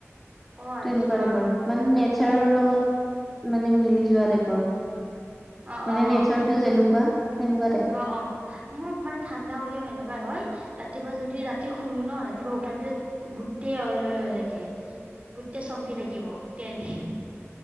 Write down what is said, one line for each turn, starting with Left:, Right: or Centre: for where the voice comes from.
Right: অ আচ্ছা
Centre: তেনেকোৱাে টাইপৰ মানে নেত চাৰৰ লগত মানে মিলি যোৱা টাইপৰ মানে
Right: অ অ
Centre: নেচাৰ টো যেনেকোৱা সেনেকোৱা টাইপ
Right: অ অ মোৰ মানে ঠাণ্ডা হ'লেও এনেকোৱাই হয় ৰাতিপুৱা যদি ৰা তি শুলো ন ৰাতিপুৱা উঠাৰ পিছত গোটেই অইল অইল হৈ থাকে গোটেই চমকি থাকিব তেল তেল